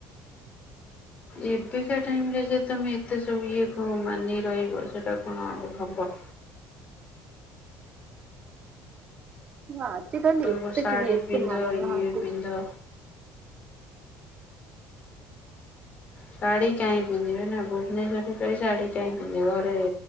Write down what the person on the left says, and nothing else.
ଏବେକା ଟାଇମରେ ଯେ ତମେ ଏତେ ସବୁ ଇଏ କ ମାନି ରହିବ ସେଇଟା କଣ ଆଉ ହବ।
କହିବ
ଶାଢ଼ୀ
ପିନ୍ଧ
ଇଏ ପିନ୍ଧ। ଶାଢୀ କାହିଁ ପିନ୍ଧିବେ ନା ଭୁବନେଶ୍ୱରରେ। ସେଇ ଶାଢ଼ୀ କାହିଁ ପିନ୍ଧିବି ଘରେ